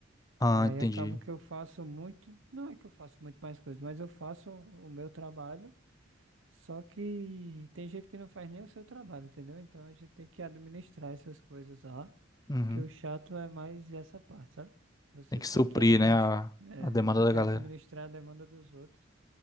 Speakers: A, on the left; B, on the right.
A: Ah,
B: E aí
A: entendi.
B: acabo que eu faço muito, não é que eu faço muito mais coisas, mas eu faço o meu trabalho Só que tem gente que não faz nem o seu trabalho, entendeu? Então a gente tem que administrar essas coisas lá,
A: Uhum.
B: que o chato é mais essa parte, sabe? Você
A: Tem que
B: tem
A: suprir,
B: que administrar,
A: né, a,
B: é,
A: a demanda
B: tem
A: da
B: que
A: galera.
B: administrar a demanda dos outros.